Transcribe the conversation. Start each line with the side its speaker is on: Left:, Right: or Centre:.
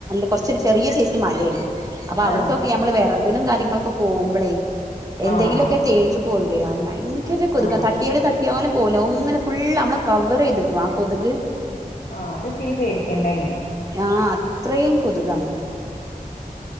Right: കുറച് ഒരു ചെറിയ സൈസ് മലയാണ് അപ്പൊ അവിട്ക്കൊക്കെ
Left: ആഹ്
Right: നമ്മള് വിറകിനും കാര്യങ്ങളൊക്കെ പോകുമ്പോളേ എന്തെങ്കിലുമൊക്കെേ
Left: ആഹ്
Right: തേ ച്ചു പോണ്ടിവരും ഭയങ്കര കൊതുകാ
Left: ആഹ്
Right: തട്ടിയാലുംത ട്ട്യാലും പോകൂല അങ്ങനെ ഫുളള് നമ്മളെ കവർ ചെയ്ത്ക്കും ആ കൊതുക്
Left: ആഹ് അത് ഇത്തിരി പേടിക്കേണ്ടത് തന്നെയാ
Right: ആഹ് അത്രയും കൊതുകാണ്